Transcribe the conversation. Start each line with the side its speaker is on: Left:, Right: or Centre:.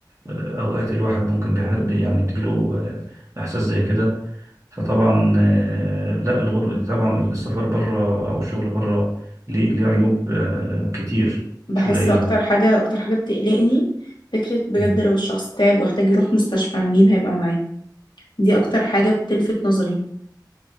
Right: آه، أوقات الواحد ممكن بيح- بي- يعني بتجيله آه، إحساس زي كده فطبعا آه، لا الغر... طبعا السفر بره أو الشغل بره ليه ليه عيوب آه، كتير
Left: بحس
Right: مش قليلة
Left: أكتر حاجة أكتر حاجة بتقلقني فكرة بجد
Right: مم.
Left: لو الشخص تعب واحتاج يروح مستشفى مين هيبقى معاه دي أكتر حاجة بتلفت نظري